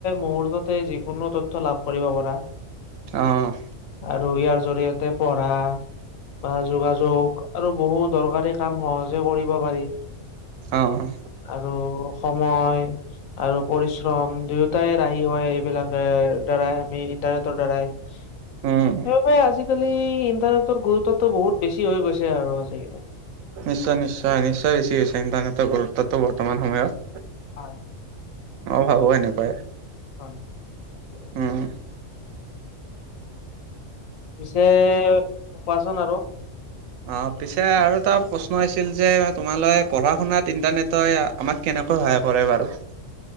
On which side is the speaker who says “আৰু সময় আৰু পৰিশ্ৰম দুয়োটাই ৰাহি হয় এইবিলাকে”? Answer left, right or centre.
Left